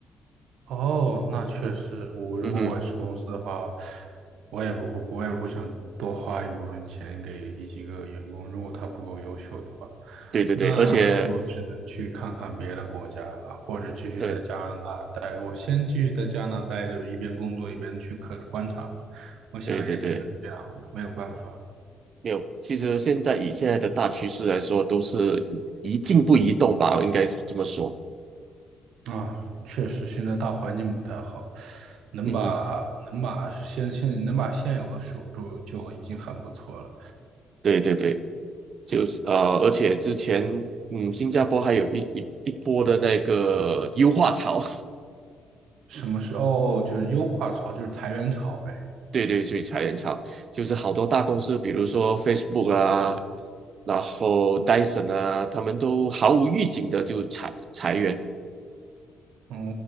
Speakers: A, on the right; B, on the right.
A: 哦，那确实，
B: 嗯
A: 我如果我也是公司的话，
B: 嗯哼，
A: 我也不会，我也不想多花一部分钱给一几个员工，如果他不够优秀的话，
B: 对对对，
A: 那就只能去看看别的国家了，
B: 而且
A: 或者继续在加拿大待。
B: 对
A: 我先继续在加拿大待着，一边工作一边去看观察吧。我想也只能这样了，
B: 对对对。
A: 没有办法。
B: 没有，其实现在以现在的大趋势来说，都是一静不移动吧，应该这么说。
A: 啊，确实，现在大环境不太好，能把能把现现能把现有的守住就已经很不错了。
B: 嗯，对对对，就是呃，而且之前嗯，新加坡还有一一一波的那个优化潮，
A: 什么是哦，就是优化潮，就是裁员潮呗。
B: <laughs> 对对对，裁员潮，就是好多大公司，比如说 Facebook 啊，然后 Dyson 啊，他们都毫无预警的就裁裁员。
A: 哦，